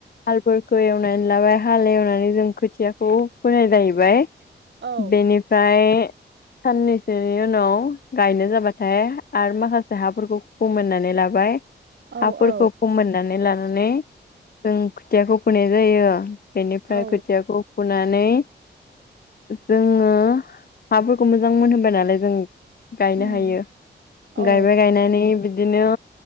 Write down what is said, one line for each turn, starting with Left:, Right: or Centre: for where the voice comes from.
Left: हालफोरखौ एवनानै लाबाय हाल एवनानै जों खोथियाखौ फोनाय जाहैबाय
Right: औ
Left: बेनिफ्राय साननैसोनि उनाव गायनो जाबाथाय आरो माखासे हाफोरखौ फोमोननानै लाबाय
Right: औ
Left: हाफोरखौ
Right: औ
Left: फोमोन नानै लानानै जों खोथियाखौ फोनाय जायो बेनिफ्राय
Right: औ
Left: खोथियाखौ फुनानै जोङो हाफोरखौ मोजां मोनहोबाय नालाय जों गायनो
Right: उम
Left: हायो।
Right: औ
Left: गायबाय गायनानै बिदिनो